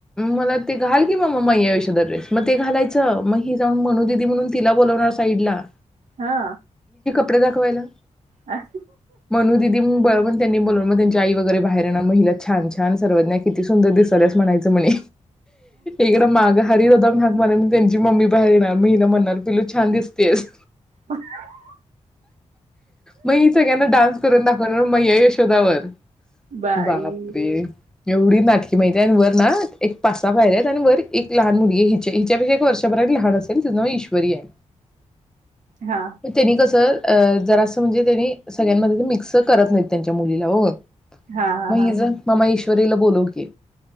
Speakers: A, in the centre; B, on the right (about 80°).
A: मला ते घाल की मम्मा मेंया.... <unintelligible> ड्रेस मग ते घालायचं मग हि जाऊन मनू ददी म्हणून तिला बोलावणार साईड ला......
B: हा
A: कपडे दाखवायला.....
B: हा
A: मनू दिदी ब म त्यांनी बोलून मग त्यांनी..... आई वगैरे बाहेर येणार म हिला छान छान सर्वज्ञा किती सुंदर दिसायल्यास म्हणायचं म्हणे.. इकडं माग.... हरी ददाम घग म्हणा त्यांची मम्मी बाहेर येणार महिन म्हणणार पिलू छान दिसतेस....
B: अ ह ह ह ह
A: मग हे सगळ्यांना डान्स करून दाखवत मैय्या यशो शोदावर
B: बाई
A: बापरे एवढी नाटकी माहितीये आणि वर ना एक पाच सहा पायऱ्या आहेत आणि वर एक लहान मुलगीये हिच्या हिच्यापेक्षा एक वर्षभराात लहान असेल तिज नाव ईश्वरी आहे
B: हा
A: म त्येनी कसं अ जरासं म्हणजे त्यांनी सगळ्यांमध्ये मिक्स करत नाहीत त्यांच्या मुलीला ओ
B: हा हा
A: म हिज
B: हा
A: मम्मा इशू परिला बोलव कि